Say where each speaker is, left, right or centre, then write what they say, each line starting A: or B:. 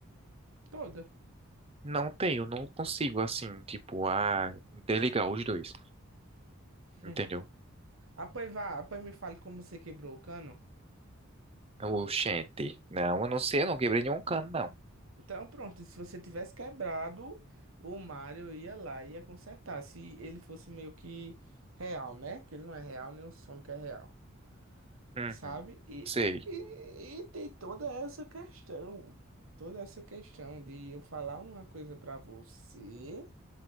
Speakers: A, on the right (about 70°); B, on the right (about 30°).
A: Toda.
B: Não tenho, não consigo assim, tipo, ah, interligar os dois,
A: <laughs>
B: entendeu?
A: Apoi vá, apoi me fale como você quebrou o cano.
B: Oxente, não, eu não sei, eu não quebrei nenhum cano, não.
A: Então, pronto, se você tivesse quebrado, o Mario ia lá e ia consertar. Se ele fosse meio que real, né? Que ele não é real, nem o Sonic é real,
B: Uhum,
A: sabe? E,
B: sei.
A: e, e- e tem toda essa questão, toda essa questão de eu falar uma coisa pra você.